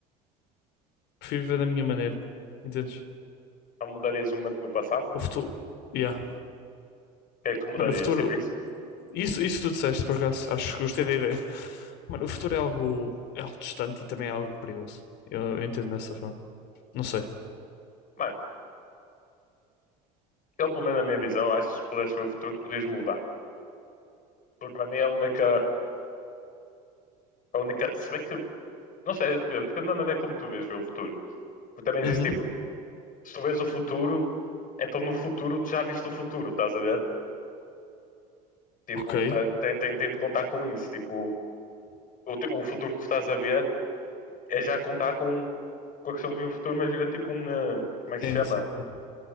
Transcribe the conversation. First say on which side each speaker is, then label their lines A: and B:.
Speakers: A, on the left; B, on the left.
A: Prefiro viver da minha maneira. Entendes?
B: Não mudarias um momento no passado? O
A: O futuro. Yeah.
B: que é que tu mudarias?
A: Mano, o futuro.
B: Tipo isso?
A: Isso, isso tu disseste, por acaso. Acho que gostei da ideia. Mano, o futuro é algo, é algo distante e também é algo perigoso. Eu, eu entendo dessa forma. Não sei.
B: Mano, Ele, pelo menos na minha visão, acho que se pudesse ver o futuro, podias mudar. Porque para mim é a única, a única. Se bem que. Não sei, depende, depende da maneira como tu vês ver o futuro. Porque também existe
A: Uhum.
B: tipo, se tu vês o futuro, então no futuro tu já viste o futuro, estás a ver? Tipo,
A: Ok.
B: te- tem, tem, tem de contar com isso. Tipo, o, te- o futuro que tu estás a ver é já contar com, com a questão de ver o futuro, mas vira tipo um. eh, Como é que
A: Sim,
B: se chama?
A: sim. Yeah.